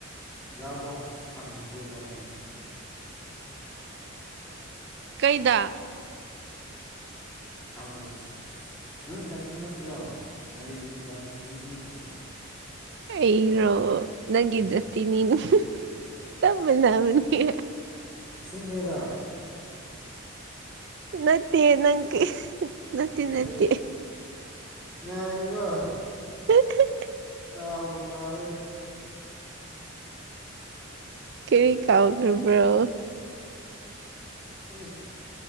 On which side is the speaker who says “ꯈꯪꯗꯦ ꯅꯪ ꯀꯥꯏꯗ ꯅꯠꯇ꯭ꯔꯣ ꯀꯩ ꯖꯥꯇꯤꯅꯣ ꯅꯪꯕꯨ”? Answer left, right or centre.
Centre